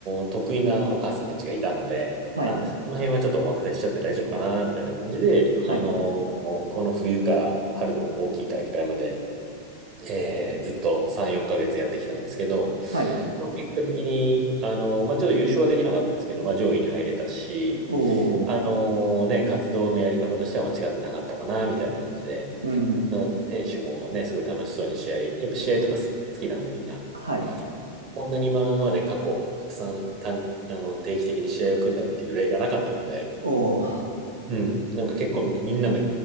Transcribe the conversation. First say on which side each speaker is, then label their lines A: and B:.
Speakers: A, on the right; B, on the right.
A: ー、得意なお母さんたちがいたので、
B: はい。
A: あ、この辺はちょっとお任せしちゃって大丈夫かな、みたいな感じで、
B: はい。
A: あのー、この冬から春の大きい大会まで、えーずっと3、4ヶ月やってきたんですけど、
B: はい。
A: まあ、結果的に、あのー、まあ、ちょっと優勝はできなかったんですけど、まあ、上位に入れたし、
B: おー。
A: あのーね、活動のやり方としては間違ってなかったかな、みたいな感じで、
B: うんうんうん
A: うん、選手もね、すごい楽しそうに試合、やっぱ試合とか好きなんでみんな、
B: はい。
A: こんなに今まで過去、たくさん短あの定期的に試合を組んだっていう例がなかったので、
B: おー。
A: うん、なんか結構みんなの、